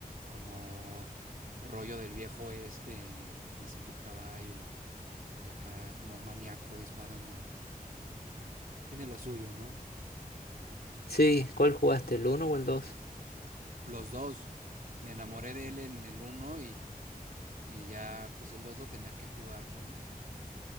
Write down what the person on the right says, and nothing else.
como rollo del viejo este y vas en tu caballo y acá como maníaco disparando. ese. Tiene lo suyo, ¿no?
Los dos. Me enamoré de él en el uno y, y ya pues el 2 lo tenía que jugar, ¿no?